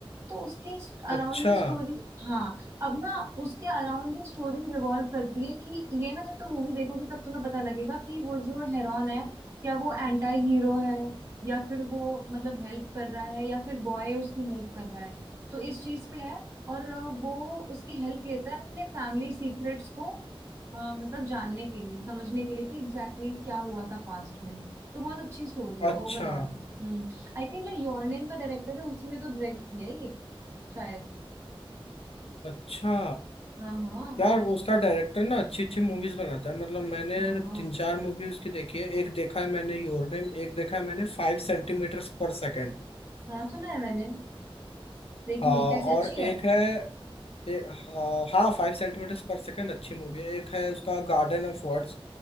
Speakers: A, on the right (about 30°); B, on the left (about 85°).
A: तो उसके
B: अच्छा
A: अराउंड ही स्टोरी हाँ अब ना उसके अराउंड ही स्टोरी रिवॉल्व करती है कि ये ना जब तुम मूवी देखोगे तब तुम्हें पता लगेगा कि वो जो हेरॉन है क्या वो एंटी हीरो है या फिर वो मतलब हेल्प कर रहा है या फिर बॉय उसकी हेल्प कर रहा है तो इस चीज पे है और अ, वो उसकी हेल्प लेता है अपने फैमिली सीक्रेट्स को अ, मतलब जानने के लिए समझने के लिए कि एग्जैक्टली exactly क्या हुआ था पास्ट में तो बहुत अच्छी स्टोरी है
B: अच्छा
A: ओवरऑल हम्म आई थिंक जो योर नेम का डायरेक्टर है उसी ने तो डायरेक्ट किया है ये शायद
B: अच्छा
A: हाँ हाँ
B: यार उसका डायरेक्टर ना अच्छी अच्छी मूवीज बनाता है मतलब मैंने
A: हाँ
B: तीन चार मूवी उसकी देखी है एक देखा है मैंने योर नेम एक देखा है मैंने फाइव सेंटीमीटर पर सेकेंड
A: हाँ सुना है मैंने देखनी
B: हाँ
A: है कैसी
B: और
A: अच्छी है
B: एक है ए, हाँ हाँ फाइव सेंटीमीटर पर सेकेंड अच्छी मूवी है एक है उसका गार्डन ऑफ वर्ड्स